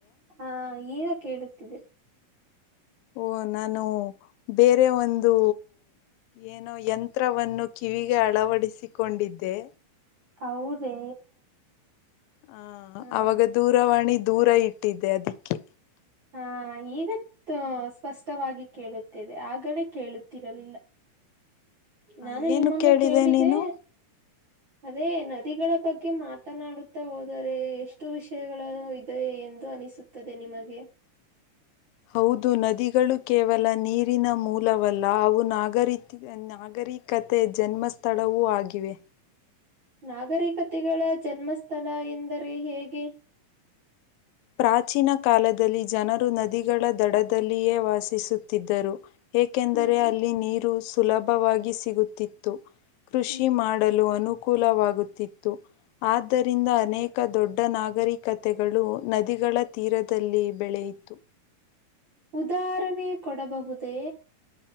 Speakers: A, on the right; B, on the left.
A: ಹಾ ಈಗ ಕೇಳುತ್ತಿದೆ
B: ಓ ನಾನು ಬೇರೆ ಒಂದು ಏನೋ ಯಂತ್ರವನ್ನು ಕಿವಿಗೆ ಅಳವಡಿಸಿಕೊಂಡಿದ್ದೆ
A: ಹೌದೇ
B: ಹಾ
A: ಹ್ಮ್
B: ಅವಾಗ ದೂರವಾಣಿ ದೂರ ಇಟ್ಟಿದೆೆ ಅದಿಕ್ಕೆ
A: ಹಾ ಈಗ ಸ್ಪಷ್ಟವಾಗಿ ಕೇಳುತ್ತಿದೆ ಆಗಲೇ ಕೇಳುತ್ತಿರಲಿಲ್ಲ
B: ಹ
A: ನಾನು
B: ಏನು
A: ನಿಮ್ಮನ್ನು ಕೇಳಿದೆ
B: ನೀನು
A: ಅದೇ ನದಿಗಳ ಬಗ್ಗೆ ಮಾತನಾಡುತ್ತಾ ಹೋದರೆ ಎಷ್ಟು ವಿಷಯಗಳು ಇದೆ ಎಂದು ಅನಿಸುತ್ತದೆ ನಿಮಗೆ
B: ಹೌದು ನದಿಗಳು ಕೇವಲ ನೀರಿನ ಮೂಲವಲ್ಲ ಅವು ನಾಗರಿತಿ ನಾಗರಿತಿ ನಾಗರಿ ಕತೆ ಜನ್ಮಸ್ಥಳವೂ ಆಗಿವೆ
A: ನಾಗರಿಕತೆಗಳ ಜನ್ಮಸ್ಥಳ ಎಂದರೆ ಹೇಗೆ
B: ಪ್ರಾಚೀನ ಕಾಲದಲ್ಲಿ ಜನರು ನದಿಗಳ ದಡದಲ್ಲಿಯೇ ವಾಸಿಸುತ್ತಿದ್ದರು ಏಕೆಂದರೆ
A: ಹ್ಮ್
B: ಅಲ್ಲಿ ನೀರು ಸುಲಭವಾಗಿ ಸಿಗುತ್ತಿತ್ತು ಕೃಷಿ
A: ಹ್ಮ್
B: ಮಾಡಲು ಅನು ಅನುಕೂಲವಾಗುತ್ತಿತ್ತು ಆದ್ದರಿಂದ ಅನೇಕ ದೊಡ್ಡ ನಾಗರಿಕತೆಗಳು ನದಿಗಳ ತೀರದಲ್ಲಿ ಬೆಳೆ ಇತ್ತು
A: ಉದಾಹರಣೆ ಕೊಡಬಹುದೇ